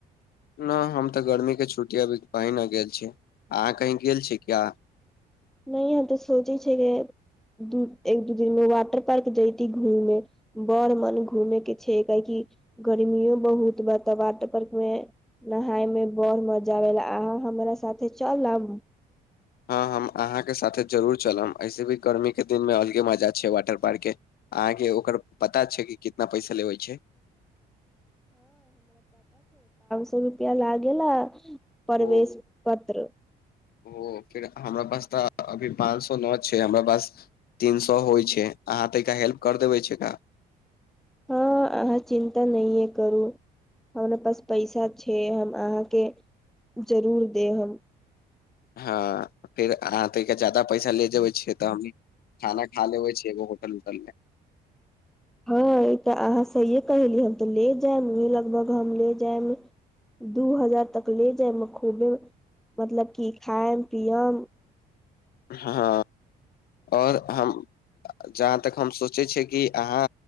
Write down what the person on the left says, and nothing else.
न हम तऽ गर्मी के छुट्टी अभी कहीं न गेल छी अहाँ कहीं गेल छी किया
हँ हम अहाँके साथे जरूर चलब ऐसे भी गर्मीके दिनमे अलगे मजा छै वाटर पार्कके अहाँके ओकर पता छै कि कितना पैसा लेबै छै
ओ
ओ फिर हमरा पास तऽ अभी पाँच सए नओ छै हमरा पास तीन सए होइ छै अहाँ तऽ एकरा हेल्प करि देबै छै एका
हँ फेर अहाँ तके जादा पैसा ले जेबै छै तऽ हम खाना खा लेबै छ एगो होटल उटल मे
हँ आओर हम जहाँ तक हम सोचै छियै कि अहाँ